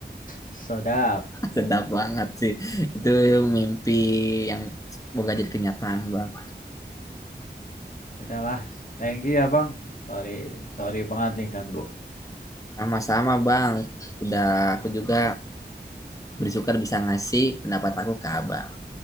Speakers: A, on the left (about 50°); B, on the left (about 20°).
A: sedap.
B: Sedap banget sih. Itu mimpi yang semoga jadi kenyataan, Bang.
A: Udah lah, thank you ya bang. Sorry, sorry banget nih ganggu.
B: Sama-sama, Bang. Udah aku juga bersyukur bisa ngasih pendapat aku ke Abang.